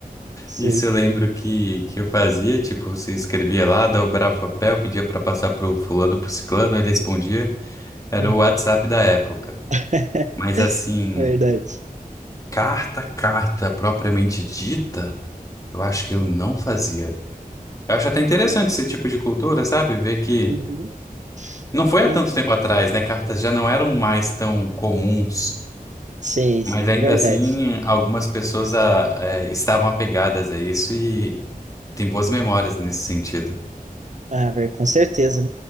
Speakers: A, on the right (about 50°); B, on the left (about 20°).
A: Sim.
B: Isso eu lembro que, que eu fazia, tipo, você escrevia lá, dobrava o papel, pedia pra passar pro fulano, pro ciclano, ele respondia. Era
A: Uhum.
B: o WhatsApp da época.
A: <laughs>
B: Mas assim,
A: Verdade.
B: carta, carta propriamente dita, eu acho que eu não fazia. Eu acho até interessante
A: Caraca.
B: esse tipo de cultura, sabe? Ver que
A: Uhum.
B: não foi
A: Ah,
B: há tanto
A: não.
B: tempo atrás, né? Cartas já não eram mais tão comuns.
A: Sim, sim,
B: Mas ainda
A: verdade.
B: assim, algumas pessoas ah, eh, estavam apegadas a isso e tem boas memórias nesse sentido.
A: Ah, ver- com certeza.